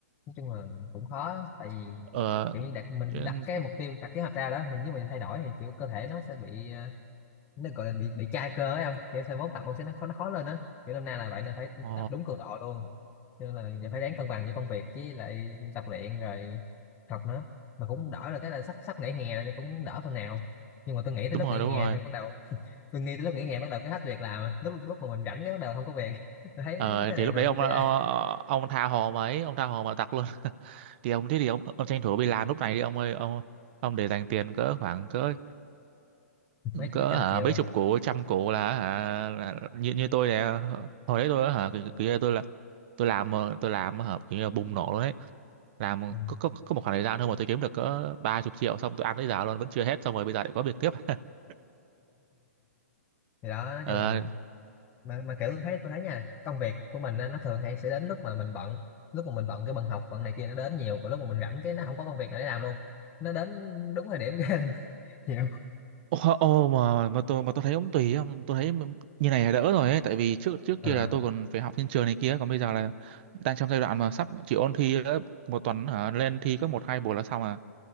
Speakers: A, on the left; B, on the right.
A: nói chung là cũng khó tại vì
B: ờ
A: kiểu như đặt mình
B: chứ-
A: đặt cái mục tiêu đặt kế hoạch ra đó mình nếu mình thay đổi thì kiểu cơ thể nó sẽ bị ờ, nó gọi là bị bị chai cơ ấy không kiểu sau mốt tập ông sẽ nó khó nó khó lên á kiểu năm nay là vậy nên phải
B: ờ,
A: tập đúng cường độ luôn cho nên là giờ phải ráng cân bằng giữa công việc với lại tập luyện rồi học nữa mà cũng đỡ là cái là sắp sắp nghỉ hè nên cũng đỡ phần nào nhưng mà tôi nghĩ tới
B: đúng
A: lúc
B: rồi
A: nghỉ
B: đúng
A: hè
B: rồi
A: thì bắt đầu <laughs> tôi nghĩ tới lúc nghỉ hè bắt đầu cái hết việc làm à. lúc lúc mà mình rảnh cái bắt đầu không có việc <laughs> tôi thấy
B: ờ
A: cái
B: thì
A: này
B: lúc
A: thường
B: đấy ông
A: hay xảy
B: ông,
A: ra
B: ông tha hồ mà ấy ông tha hồ mà tập luôn <laughs> thì ông thế thì ông, ông tranh thủ đi làm lúc này đi ông ơi ông ông để dành tiền cỡ khoảng cỡ
A: <laughs> mấy
B: cỡ
A: mấy trăm
B: hả
A: triệu
B: mấy
A: à.
B: chục củ trăm củ là hả là, như như tôi nè hồi đấy tôi á hả kiểu, kiểu như tôi là tôi làm ờ, tôi làm hả kiểu như là bùng nổ luôn đấy làm
A: <laughs>
B: có, có có một khoảng thời gian thôi mà tôi kiếm được cỡ ba chục triệu xong tôi ăn tới giờ luôn vẫn chưa hết xong rồi bây giờ lại có việc tiếp <laughs>
A: thì đó nói
B: ờ
A: chung là mà mà kiểu thấy tôi thấy nha công việc của mình á, nó thường hay sẽ đến lúc mà mình bận lúc mà mình bận cái bận học bận này kia nó đến nhiều còn lúc mà mình rảnh cái nó không có công việc nào để làm luôn nó đến đúng thời điểm ghê luôn <laughs> chịu
B: ô, ô mà mà tôi mà tôi thấy cũng tùy á, tôi thấy như này là đỡ rồi ấy tại vì trước trước
A: ờ
B: kia là tôi còn phải học trên trường này kia còn bây giờ là đang trong giai đoạn mà sắp chỉ ôn thi nữa, một tuần hả lên thi có một hai buổi là xong à